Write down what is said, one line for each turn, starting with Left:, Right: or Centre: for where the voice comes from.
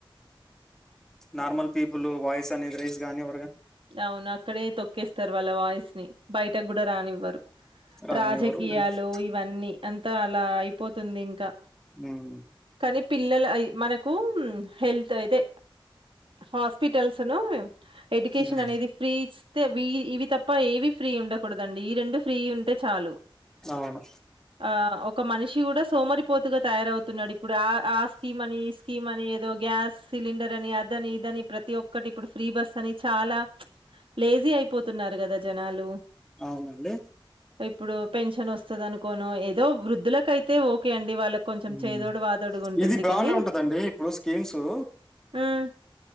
Centre: నార్మల్ పీపుల్ వాయిస్ అనేది రైజు గానీ ఇవ్వరిగా
Right: అవును అక్కడే తొక్కేస్తారు వాళ్ళ వాయిస్ ని బయటకు గూడా రానివ్వరు
Centre: రానివ్వరు
Right: రాజకీయాలు
Centre: ఉమ్
Right: ఇవన్నీ అంతా అలా అయిపోతుంది ఇంకా
Centre: ఉమ్
Right: కానీ పిల్లలు అయి మనకు హెల్త్ అయితే హాస్పిటల్స్ ను కిషన్
Centre: ఉమ్
Right: అనేది ఫ్రీ ఇస్తే వీ ఇవ్వి తప్ప ఏ వీ ఫ్రీ ఉండకూడదు అండి ఈ రెండు ఫ్రీ ఉంటే చాలు
Centre: అవును
Right: ఆ ఒక్ ఒక మనిషి కూడా సోమరిపోతుగా తయారవుతున్నాడు ఇప్పుడు ఆ ఆ స్కీమ్ అని ఈ స్కీమ్ అని ఏదో గ్యాస్ సిలిండర్ అని అదని ఇదని ప్రతి ఒక్కటి ఇప్పుడు ఫ్రీ బస్ అని చాలా లేజీ అయిపోతున్నారు గదా జనాలు
Centre: అవునండి
Right: ఇప్పుడు పెన్షన్ వస్తుంది అనుకోను ఏదో వృద్ధులకయితే ఓకే అండి వాళ్ళకి కొంచెం
Centre: ఉహు
Right: చేదోడు వాదోడుగా ఉంటుంది
Centre: ఇది బాగనే
Right: కాని
Centre: ఉంటదండి ఇప్పుడు స్కీమ్స్ ఉ
Right: ఉమ్